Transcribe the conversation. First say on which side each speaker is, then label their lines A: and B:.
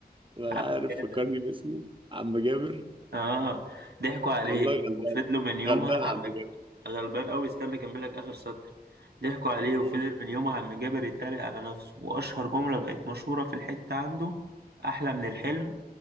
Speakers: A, on the right; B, on the right.
A: ولا
B: عم
A: عارف
B: جابر
A: فكرني باسمه عم جابر
B: اه ضحكوا عليه
A: والله غلبانه
B: وفضلوا من يومها
A: غلبانه
B: عم
A: عم جابر
B: غلبان قوي استنى اكمل لك اخر سطر ضحكوا عليه
A: قول
B: وفضل من يومها عم جابر يتريق على نفسه واشهر جملة بقت مشهورة في الحتة عنده احلى من الحلم